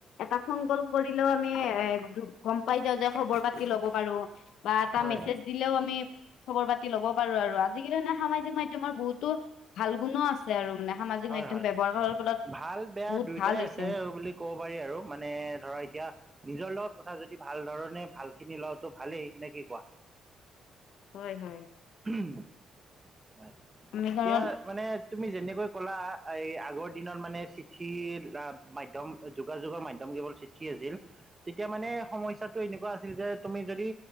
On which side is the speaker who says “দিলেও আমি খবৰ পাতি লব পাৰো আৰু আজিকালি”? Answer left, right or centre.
Left